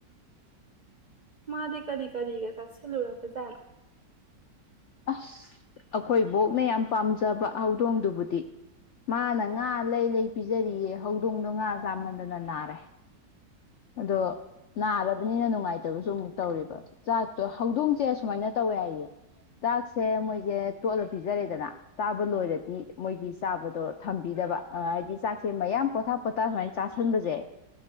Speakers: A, on the right; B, on the left.
A: ꯃꯥꯗꯤ ꯀꯔꯤ ꯀꯔꯤꯒ ꯆꯠꯁ ꯂꯨꯔ ꯐꯖꯥꯏꯅ
B: ꯑꯁ ꯑꯩꯈꯣꯏ ꯕꯣꯛꯅ ꯌꯥꯝ ꯄꯥꯝꯖꯕ ꯍꯧꯗꯣꯡꯗꯨꯕꯨꯗꯤ ꯃꯥꯅ ꯉꯥ ꯂꯩ ꯂꯩ ꯄꯤꯖꯔꯤꯌꯦ ꯍꯧꯗꯣꯡꯗꯣ ꯉꯥ ꯆꯥꯃꯟꯗꯅ ꯅꯥꯔꯦ ꯑꯗꯣ ꯅꯥꯔꯕꯅꯤꯅ ꯅꯨꯡꯉꯥꯏꯇꯕꯁꯨ ꯑꯃꯨꯛ ꯇꯧꯕ ꯆꯥꯛꯇꯣ ꯍꯧꯗꯣꯡꯁꯦ ꯁꯨꯃꯥꯏꯅ ꯇꯧꯋꯦ ꯍꯥꯏꯌꯦ ꯆꯥꯛꯁꯦ ꯃꯣꯏꯁꯦ ꯇꯣꯠꯂ ꯄꯤꯖꯔꯦꯗꯅ ꯇꯥꯕ ꯂꯣꯏꯔꯗꯤ ꯃꯣꯏꯒꯤ ꯆꯥꯕꯗꯣ ꯊꯝꯕꯤꯗꯕ ꯍꯥꯏꯗꯤ ꯆꯥꯛꯁꯦ ꯃꯌꯥꯝ ꯄꯣꯊꯥ ꯄꯣꯊꯥ ꯁꯨꯃꯥꯏꯅ ꯆꯥꯥꯁꯟꯕꯁꯦꯣꯏ